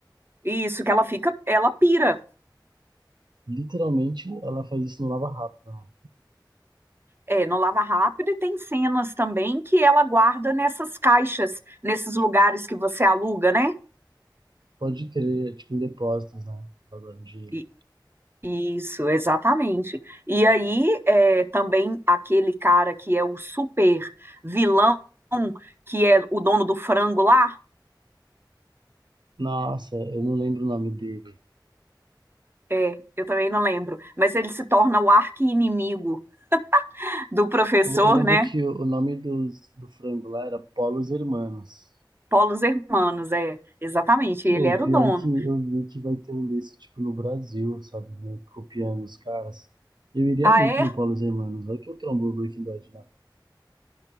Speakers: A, on the right; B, on the right.
A: e isso que ela fica, ela pira.
B: Literalmente, ela faz isso no lava-rápido, né?
A: É, no Lava Rápido, e tem cenas também que ela guarda nessas caixas, nesses lugares que você aluga, né?
B: Pode crer, é tipo, em depósitos, né? Lavando dinheiro.
A: E- Isso, exatamente. E aí, é, também aquele cara que é o super vilão, que é o dono do frango lá,
B: Nossa, eu não lembro o nome dele.
A: é, eu também não lembro, mas ele se torna o arqui-inimigo do professor,
B: Eu eu lembro
A: né?
B: que o o nome do, do frango lá era Paulo Hermanos.
A: Paulo Hermanos, é, exatamente,
B: O
A: ele era
B: pior
A: o dono.
B: é que eu vi que vai ter um desse, tipo, no Brasil, sabe? né, Copiando os caras. Eu iria
A: Ah,
B: muito
A: é?
B: no Paulo Hermanos, vai que eu trombo o Breaking Bad lá.